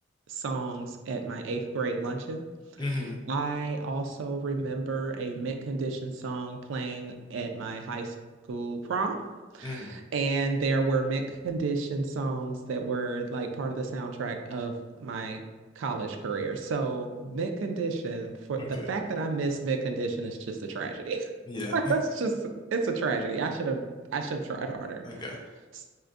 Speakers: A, on the right; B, on the left.
A: songs at my eighth grade luncheon.
B: hmm
A: I also remember a mint condition song playing at my high school prom.
B: hmm
A: And there were mint condition songs that were like part of the soundtrack of my college career. So mint condition for
B: Okay.
A: the fact that I missed mint condition is just a tragedy.
B: Yeah.
A: <laughs> That's just it's a tragedy. I should have I should have tried harder.
B: Okay.
A: S-